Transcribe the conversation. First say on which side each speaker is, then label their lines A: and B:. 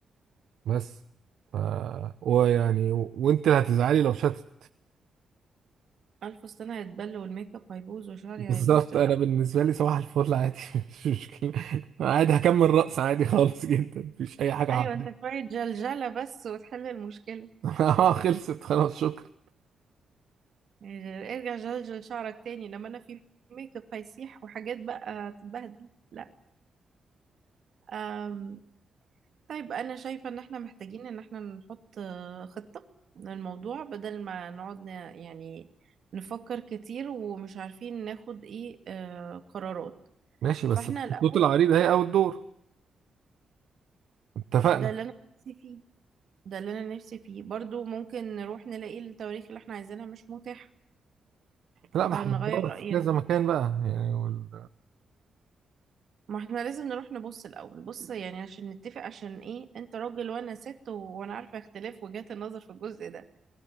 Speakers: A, on the right; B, on the right.
A: بس ف ويعني و... وانت اللي هتزعلي لو شتت
B: الف فستان هيتبل والميك اب هيبوظ وشعري
A: <laughs> بالظبط
B: هيبوظ
A: انا بالنسبه لي صباح الفل عادي <laughs> مش مشكله أنا عادي هكمل رقص عادي خالص جدا مفيش اي حاجه
B: ايوه
A: عادي
B: انت شوية جلجلة بس وتحل المشكلة
A: <laughs> اه خلصت خلاص شكرا
B: يعني ارجع جلجل شعرك تاني لما انا في ميك اب هيسيح وحاجات بقى تتبهدل لا أم. طيب انا شايفة ان احنا محتاجين ان احنا نحط آه، خطة للموضوع بدل ما نقعد ن- يعني نفكر كتير ومش عارفين ناخد ايه آه، قرارات
A: ماشي بس
B: فاحنا الاول
A: الخطوط العريضه هي اول دور اتفقنا
B: ده اللي انا نفسي فيه ده اللي انا نفسي فيه برضو ممكن نروح نلاقي التواريخ اللي احنا عايزينها مش متاحة
A: لا ما
B: فنغير
A: احنا بندور
B: رأينا
A: في كذا مكان بقى يعني وال...
B: ما احنا لازم نروح نبص الاول بص يعني عشان نتفق عشان ايه انت راجل وانا ست و- وانا عارفه اختلاف وجهات النظر في الجزء ده